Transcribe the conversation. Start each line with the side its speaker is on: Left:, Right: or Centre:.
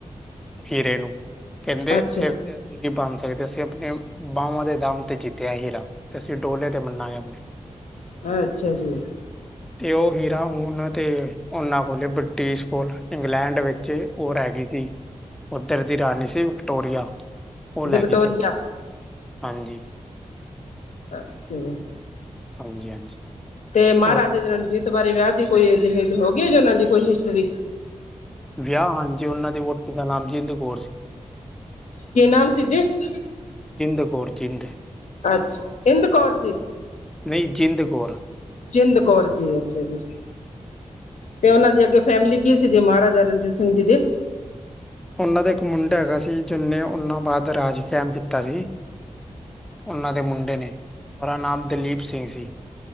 Centre: ਹੀਰੇ ਨੂੰ ਕਹਿੰਦੇ
Left: ਅੱਛਾ
Centre: ਸਿਰ ਕੀ ਬਣ ਸਕਦੇ, ਅਸੀਂ ਆਪਣੇ ਬਾਹਵਾਂ ਦੇ ਦਮ ਤੇ ਜਿੱਤਿਆ ਹੀਰਾ। ਤੇ ਅਸੀਂ ਡੋਲੇ ਤੇ ਮਿਲਾਏ ਆਪਣੇ
Left: ਅੱਛਾ ਜੀ।
Centre: ਤੇ ਉਹ ਹੀਰਾ ਹੁਣ ਤੇ ਉਹਨਾਂ ਕੋਲ ਬ੍ਰਿਟਿਸ਼ ਕੋਲ ਇੰਗਲੈਂਡ ਵਿੱਚ ਉਹ ਰਹਿ ਗਈ ਸੀ। ਉੱਧਰ ਦੀ ਰਾਣੀ ਸੀ, ਵਿਕਟੋਰੀਆ ਉਹ ਲੈ
Left: ਵਿਕਟੋਰੀਆ
Centre: ਗਈ ਸੀ ਹਾਂਜੀ।
Left: ਅੱਛਾ।
Centre: ਹਾਂਜੀ, ਹਾਂਜੀ,
Left: ਤੇ ਮਹਾਰਾਜਾ
Centre: ਔਰ
Left: ਦੇ ਰਣਜੀਤ ਬਾਰੇ ਵਿਆਹ ਦੀ ਕੋਈ ਹੋ ਗਈ, ਜੇ ਉਹਨਾਂ ਦੀ ਕੋਈ ਹਿਸਟਰੀ
Centre: ਵਿਆਹ ਹਾਂਜੀ, ਉਹਨਾਂ ਦੀ ਵੱਟ ਦਾ ਨਾਮ ਜਿੰਦ ਕੌਰ ਸੀ।
Left: ਕੀ ਨਾਮ ਸੀ ਜਿਸ
Centre: ਜਿੰਦ ਕੌਰ ਜਿਦ
Left: ਅੱਛਾ ਇੰਦ ਕੌਰ ਜੀ।
Centre: ਨਹੀਂ ਜਿੰਦ ਕੌਰ।
Left: ਜਿੰਦ ਕੌਰ ਜੀ, ਅੱਛਾ ਜੀ। ਤੇ ਉਹਨਾਂ ਦੀ ਅੱਗੇ ਫੈਮਿਲੀ ਕੀ ਸੀ, ਦੀ ਮਹਾਰਾਜਾ ਰਣਜੀਤ ਸਿੰਘ ਜੀ ਦੀ।
Centre: ਉਹਨਾਂ ਦਾ ਇੱਕ ਮੁੰਡਾ ਹੈਗਾ ਸੀ, ਜਿਹਨੇ ਉਹਨਾਂ ਬਾਅਦ ਰਾਜ ਕਾਇਮ ਕੀਤਾ ਸੀ। ਉਹਨਾਂ ਦੇ ਮੁੰਡੇ ਨੇ ਉਹ ਰਾ ਨਾਮ ਦਲੀਪ ਸਿੰਘ ਸੀ।